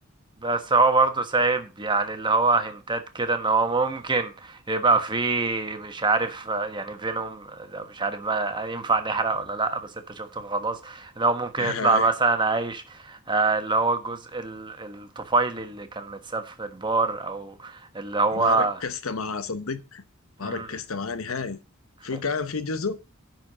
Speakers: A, on the right (about 20°); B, on the left (about 70°).
A: بس هو برضه سايب يعني اللي هو هنتات كده ان هو ممكن يبقى فيه مش عارف آه، يعني فينوم ده مش عارف بقى ينفع نحرق ولا لا بس انت شفته فخلاص ان هو ممكن
B: <laughs>
A: يطلع
B: هاي
A: مثلا عايش آه، اللي هو الجزء ال- الطفيلي اللي كان متساب في البار او اللي هو
B: ما ركزت معاه صدق ما
A: مم.
B: ركزت معاه نهائي
A: <laughs>
B: في كان في جزء